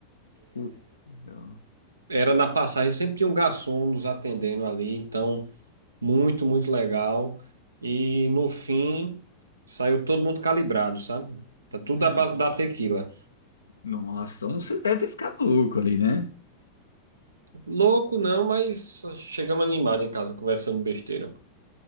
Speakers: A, on the left; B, on the right.
A: Uh, legal.
B: Era na passagem, sempre tinha um garçom nos atendendo ali, então muito, muito legal. E no fim, saiu todo mundo calibrado, sabe? Tá tudo
A: Uhum.
B: à base da tequila.
A: Nossa, então vocês devem ter ficado louco ali, né?
B: Louco não, mas chegamos animados em casa conversando besteira.